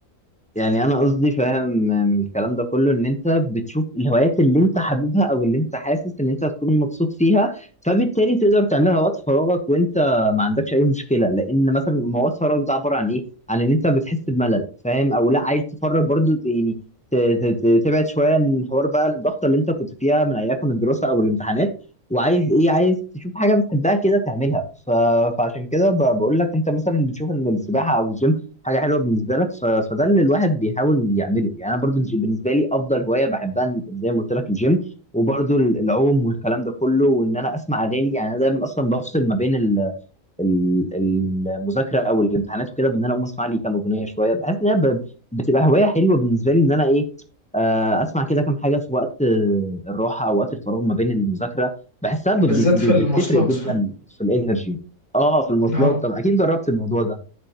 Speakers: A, in the centre; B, on the left.
A: يعني انا قصدي فاهم من الكلام ده كله ان انت بتشوف الهوايات اللي انت حاببها او اللي انت حاسس ان انت هتكون مبسوط فيها فبالتالي تقدر تعملها وقت فراغك وانت ما عندكش اي مشكله لان مثلا ما هو وقت فراغك ده عباره عن ايه عن ان انت بتحس بملل فاهم او لا عايز تفرغ برضو يعني ت- ت- ت- تبعد شويه عن الحوار بقى الضغطه اللي انت كنت فيها من ايام الدراسه او الامتحانات وعايز ايه عايز تشوف حاجه بتحبها كده تعملها ف... فعشان كده ب- بقول لك انت مثلا بتشوف ان السباحه او الجيم حاجه حلوه بالنسبه لك ف... فده اللي الواحد بيحاول يعمله يعني انا برضو الج- بالنسبه لي افضل هوايه بحبها ال- زي ما قلت لك الجيم وبرضو ال- العوم والكلام ده كله وان انا اسمع اغاني يعني انا دايما اصلا بفصل ما بين ال... ال... المذاكره او الامتحانات وكده بان انا اقوم اسمع لي كام اغنيه شويه بحس ان هي ب... بتبقى هوايه حلوه بالنسبه لي ان انا ايه آه، اسمع كده كام حاجه في وقت آه، الراحه او وقت الفراغ ما بين المذاكره بحسها بت...
B: بالذات
A: بت... بتفرق
B: في المواصلات
A: جدا في الانرجي اه في المواصلات
B: اه
A: طبعا اكيد جربت الموضوع ده